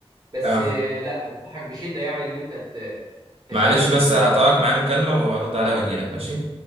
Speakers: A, on the right; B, on the right.
A: بس
B: اه
A: آه، لا انصحك بشده يعني ان انت ت... تشترك
B: معلش
A: في
B: بس
A: ال...
B: هقطعك
A: في
B: معايا مكالمه وهرد عليها واجيلك ماشي